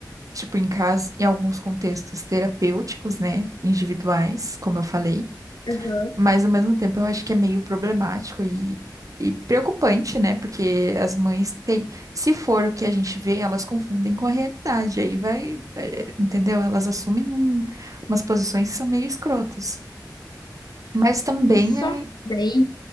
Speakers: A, on the right; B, on the left.
A: Tipo, em casa, em alguns contextos terapêuticos, né? Individuais, como eu falei.
B: Uhum.
A: Mas ao mesmo tempo eu acho que é meio problemático e, e preocupante, né? Porque as mães têm, se for o que a gente vê, elas confundem com a realidade. Aí vai, eh, entendeu? Elas assumem um- umas posições que são meio escrotas. Mas também
B: Só
A: é.
B: que daí